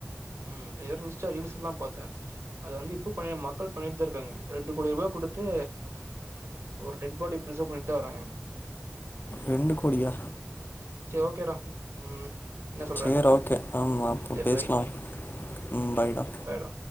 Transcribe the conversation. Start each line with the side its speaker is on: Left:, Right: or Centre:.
Right: ம் ஏதோ இன்ஸ்டா ரீல்ஸ்ல தா பாத்த அத வந்து இப்ப பண்ண மக்கள் பண்ணிட்டுதா இருக்காங்க ரெண்டு கோடி ரூபா குடுத்து ஒரு டெட் பாடி ப்ரிசர்வ் பண்ணிட்டு தா வராங்க
Left: ரெண்டு கோடியா
Right: சே ஓகே டா ம் என்ன சொல்ற
Left: சேரி ஓகே ஆமா அப்றோ
Right: சரி
Left: பேசலா ம் பாய்டா
Right: பாய் டா